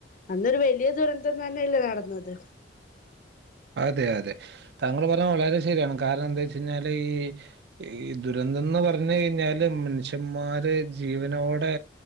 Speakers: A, on the left; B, on the right.
A: അന്നരു വലിയ ദുരന്തം തന്നെല്ലേ നടന്നത്
B: അതെ അതെ താങ്കൾ പറഞ്ഞത് വളരെ ശരിയാണ് കാരണം എന്താ വെച്ച കഴിഞ്ഞാല് ഈ ദുരന്തംന്ന് പറഞ്ഞു കഴിഞ്ഞാല് മനുഷ്യന്മാര് ജീവനോടെ